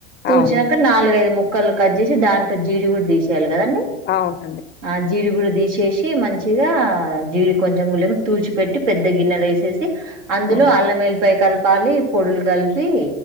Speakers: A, on the right (about 80°); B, on the left (about 30°).
A: తూడ్చినాక
B: అవునండి
A: నాలుగైదు ముక్క ముక్కలు కట్ చేసి దాంట్లో జీడి కూడా తీసేయాలి కదండి
B: అవును
A: ఆ జీడిగుడ తీసేసి మంచి చిగా జీడి కొంచెం <unintelligible> తూచిపట్టి పెద్ద గిన్నెలో వేసి చేసి అందులో
B: అవును.
A: అల్లం వెల్లిపాయి కలప్ పాలి పొడులు కలిపి